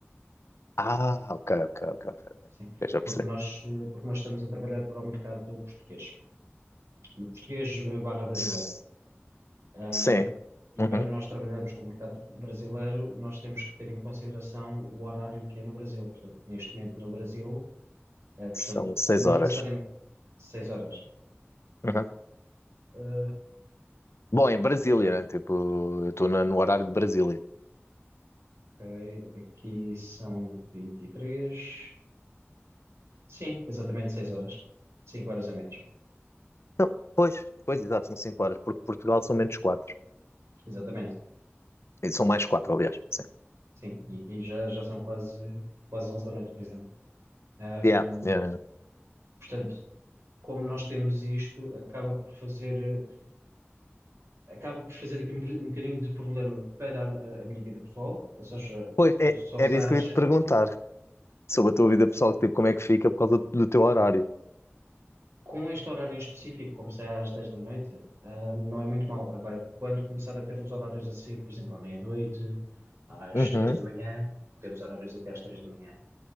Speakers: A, on the left (about 70°); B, on the right (about 75°).
A: Ah, ok, ok, ok, ok. ok.
B: Sim,
A: Eu já
B: porque
A: percebi.
B: nós, eh, porque nós estamos a trabalhar para o mercado português, português eh, barra brasileiro.
A: S-
B: Ahm,
A: Sim.
B: e
A: Uhum.
B: para nós trabalharmos com o mercado brasileiro, nós temos que ter em consideração o horário que é no Brasil. Portanto, neste momento no Brasil, É, portanto,
A: São seis
B: não
A: horas.
B: necessariamente 6 horas.
A: Uhum.
B: Ah,
A: Bom, em Brasília, né? Tipo, eu estou na- no horário de Brasília.
B: ok, aqui são 23. Sim, exatamente 6 horas. cinco horas a menos.
A: Não, pois, pois, exato, são cinco horas, porque Portugal são menos quatro.
B: Exatamente.
A: E São mais quatro, aliás. Sim.
B: Sim, e aqui já, já são quase, quase 11 da noite, por exemplo. Ahm,
A: Yeah, yeah. yeah.
B: portanto, como nós temos isto, acaba por fazer, acaba por fazer aqui um, um bocadinho de problema para a, a minha vida pessoal, ou seja,
A: Pois, é,
B: eu só
A: era
B: saio,
A: isso que eu ia te perguntar sobre a tua vida pessoal, tipo, como é que fica por causa do teu horário?
B: Com este horário em específico, como sai às 10 da noite, ah, não é muito mal. Agora, quando começar a ter os horários a sair, por exemplo, à meia-noite, às
A: Uhum.
B: 3 da manhã, temos horários até às 3 da manhã,